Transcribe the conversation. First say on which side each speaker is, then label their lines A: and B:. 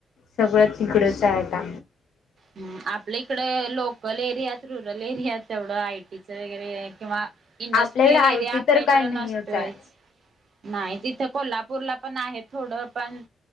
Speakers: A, on the left; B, on the right.
A: सगळं तिकडंच आहे आता.
B: ह् आपल्या इकड लोकल एरियात, रुरल एरियात तेवढं आयटीच वगैरे किंवा इंडस्ट्रियल
A: आपल्याकडे आयटी
B: एरिया आपल्या
A: तर
B: इकडं
A: काय नाहीच
B: नसतोयच.
A: आहे.
B: नाही तिथं कोल्हापूरला पण आहे थोडं. पण